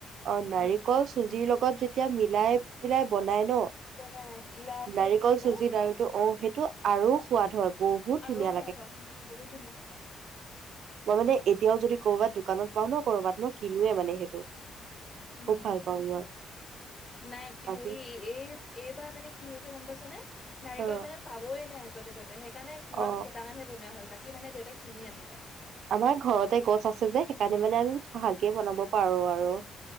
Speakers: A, on the right; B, on the left.
A: অ নাৰিকল
B: উম
A: চুজিৰ লগত লগত যেতিয়া মিলাই মিলাই বনাই ন
B: বনাই ইলাচি
A: নাৰিকল
B: দি পেলাই
A: চুজি লাৰুটো অঁ সেইটো আৰু সোৱাদ হয় ধুনীয়া
B: আৰু সোৱাদ হয় উম বহুত ধুনীয়া
A: বহুতে এতিয়াও যদি কৰ'বাত দোকানত পাও ন কৰবাত মই কিনোৱে মানে সেইটো
B: উম
A: খুব
B: নাই
A: ভাল পাওঁ মই বাকী
B: হেৰি এই এইবাৰ মানে কি হৈছে গম পাইছনে নাৰিকল
A: অ
B: মানে পাবই নাই য'তে ত সেই কাৰণে
A: অ
B: ঘৰত কেইটামানহে বনোৱা হ'ল কি মানে দেউতাই কিনি আনিলে
A: আমাৰ ঘৰতে গছ আছে যে সেইকাৰণে মানে আমি ভাগেই বনাব পাৰো আৰু